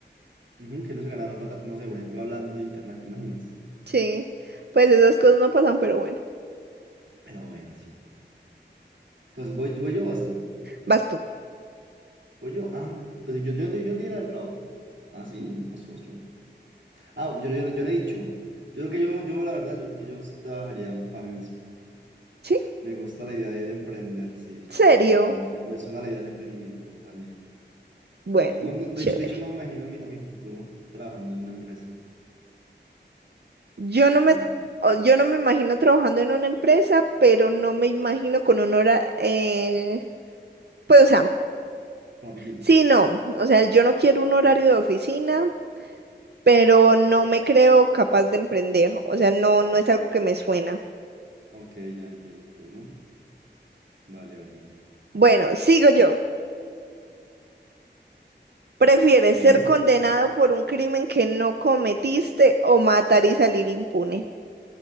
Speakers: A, on the right; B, on the right.
A: Ujú, que no se gana la plata, no sé, por ejemplo, hablando de internet, ¿te imaginas?
B: Sí, pues esas cosas no pasan, pero bueno,
A: Pero bueno, sí. Entonces, ¿voy, voy yo o vas tú?
B: vas tú,
A: ¿Voy yo? Ah, bueno. Pues yo, yo, yo, yo di la del trabajo. Ah, sí, vas tú, vas tú. Ah, yo, yo, yo no he dicho. Yo creo que yo, yo, la verdad, yo creo que yo trabajaría para mí mismo.
B: ¿sí?
A: Me gusta la idea de, de emprender, sí, a
B: ¿Serio?
A: mí sí, me suena, me, me suena la idea del emprendimiento totalmente.
B: Bueno,
A: Sí, no, no, de
B: chévere.
A: hecho, de hecho no me imagino a mi, a mi futuro trabajando en una empresa,
B: Yo no me,
A: no, no,
B: o- yo no me imagino trabajando en una empresa, pero no me imagino con un hora, eh, pues o sea,
A: una oficina.
B: sí, no, o sea, yo no quiero
A: Ok,
B: un horario de oficina, pero no me creo capaz de emprender, o sea, no, no es algo que me suena.
A: ok, ya entiendo, entiendo. Vale, vale.
B: Bueno, sigo yo. ¿Prefieres
A: Dime.
B: ser condenado por un crimen que no cometiste o matar y salir impune?